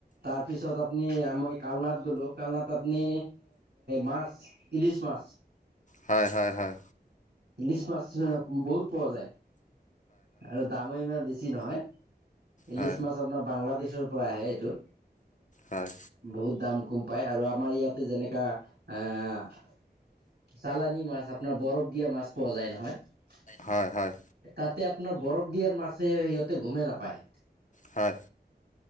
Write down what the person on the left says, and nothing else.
হয়, হয়।
হয় হয় হয়
হয়।
হয় হয়
হয়।